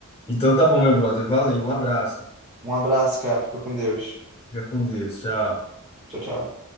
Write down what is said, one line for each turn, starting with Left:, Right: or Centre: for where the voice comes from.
Left: Então tá bom, meu brother. Valeu, um abraço.
Right: Um abraço, cara. Fica com Deus.
Left: Fica com Deus. Tchau.
Right: Tchau, tchau.